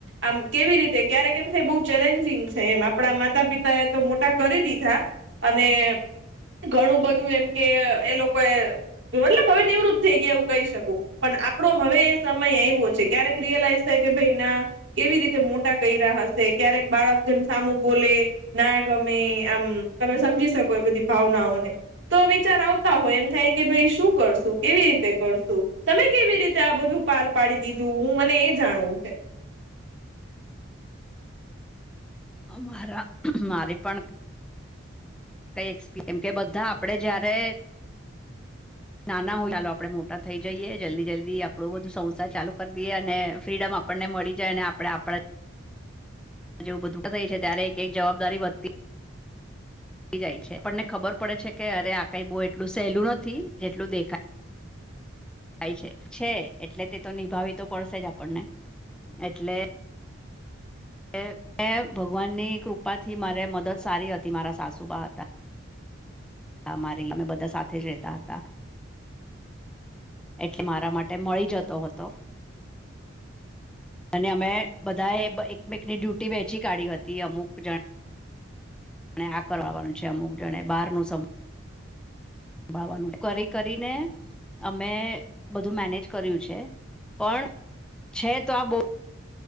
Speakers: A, on the right (about 55°); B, in the centre.
A: આમ કેવી રીતે? ક્યારેક એમ છે એ બહુ ચેલેન્જિંગ છે એમ આપણા માતા પિતા એ તો મોટા કરી દીધા. અને ઘણું બધું એમ કે એ લોકો એ મતલબ હવે નિવૃત્ત થઈ ગયા એવું કહી શકુ પણ આપડો હવે એ સમય આવો છે, ક્યારેક રિયલાઈઝ થાય કે ભાઈ ના કેવી રીતે મોટા કર્યા હશે ક્યારેક બાળક જેમ સામું બોલે ના ગમે આમ તમે સમજી શકો એ બધી ભાવનાઓને તો વિચાર આવતા હોય એમ થાય કે ભાઈ શું કરશું કેવી રીતે કરશું તમે કેવી રીતે આ બધું પાર પાડી દીધું હું મને એ જાણવું છે.
B: અમારા મારી પણ કઈ એક્સ પી કેમ કે બધા આપડે જયારે નાના હોય ચાલો આપડે મોટા થઈ જઈએ જલ્દી જલ્દી આપડું બધું સંસાર ચાલુ કરી દઈએ અને ફ્રીડમ આપ આપણને મળી જાય ને આપણે આપણા જેવુ બધું થઈ છે ત્યારે એક એક જવાબદારી વધતી તી જાય છે, આપણને ખબર પડે છે કે અરે આ કઈ બહુ એટલું સહેલું નથી જેટલું દેખાય ખાય છે. છે એટલે તે તો નિભાવી તો પડશે જ આપણને એટલે એ એ ભગવાનની કૃપાથી મારે મદદ સારી હતી મારા સાસુબા હતા. અમારી અમે બધા સાથે જ રેતા હતા. એટલે મારા માટે મળી જતો હતો. અને અમે બધાએ એકમેકની ડ્યુટી વેચી કાઢી હતી અમુક જણ ને આ કરવાનું છે અમુક જણે બારું બાવાનું કરી કરીને અમે બધું મેનેજ કર્યું છે પણ છે તો આ બો